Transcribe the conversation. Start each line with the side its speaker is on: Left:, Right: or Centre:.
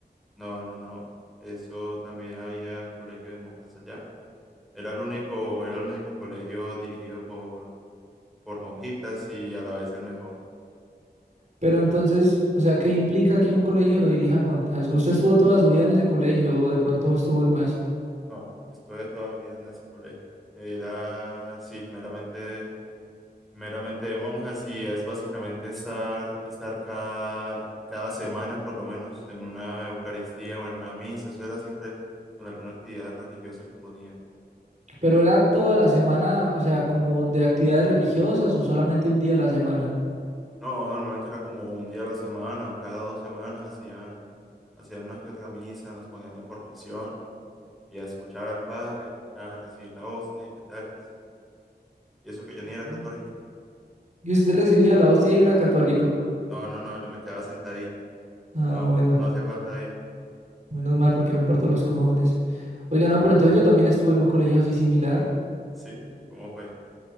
Centre: No, no, no, eso también había colegio de monjas allá. Era el único, era el único colegio dirigido por por monjitas y a la vez el mejor.
Right: Pero entonces, o sea, ¿qué implica que un colegio lo dirijan monjas? ¿Usted estuvo toda su vida en ese colegio o de pronto estuvo en más?
Centre: No, estuve toda mi vida en ese colegio. Era, sí, meramente, meramente de monjas y es básicamente estar, estar cada, cada semana por lo menos en una Eucaristía o en una misa. Eso era siempre con alguna actividad religiosa que ponían.
Right: Pero era toda la semana, o sea, como de actividades religiosas o solamente un día a la semana.
Centre: No, normalmente era como un día a la semana o cada dos semanas hacían, hacían una que otra misa, nos ponían en formación y a escuchar al Padre, a recibir la hostia y qué tales. Y eso que yo ni era
Right: Oh.
Centre: católico.
Right: Y usted recibía la hostia y no era católico.
Centre: No, no, no, yo me quedaba sentadito.
Right: Ah,
Centre: No,
Right: bueno.
Centre: no hacía falta ir.
Right: Menos mal porque me parto los cojones. Oiga, no, pero entonces yo también estuve en un colegio así similar.
Centre: ¿Sí? ¿Cómo fue?